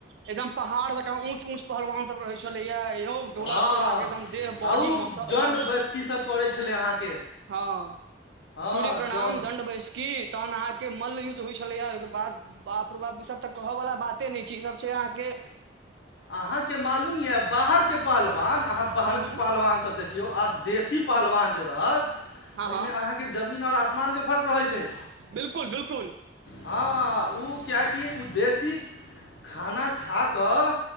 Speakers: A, on the right; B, on the left.
A: एकदम पहाड़ जक ऊंच ऊंच पहलवान सभ रहे छलेया यौ डोला
B: हँ
A: सोला के एकदम देह
B: आ
A: बॉडी
B: उ
A: मस एकदम
B: दण्ड बैसकी सब पड़ै छलै अहाँके
A: हँ।
B: हँ
A: सूर्य प्रणाम
B: एकदम
A: दड बयस की तहन अहाँकेँ मल्लयुद्ध होइ छलैया ओहिके बाद बाप र बाप ई सभ तक कहवला बाते नहि छै ई सभ छै अहाँकेँ
B: अहाँकेँ मालूम यए बाहरके पहलवान अहाँ बाहरक
A: हूँ हूँ
B: पहलवानसभ देख के आर देशी पहलवान जे रहत
A: हँ
B: ओहिमे
A: हँ
B: अहाँकेँ जमीन आओर आसमानके फर्क रहै छै।
A: बिल्कुल बिल्कुल।
B: हँ ओ किए उ देशी खाना खाकऽ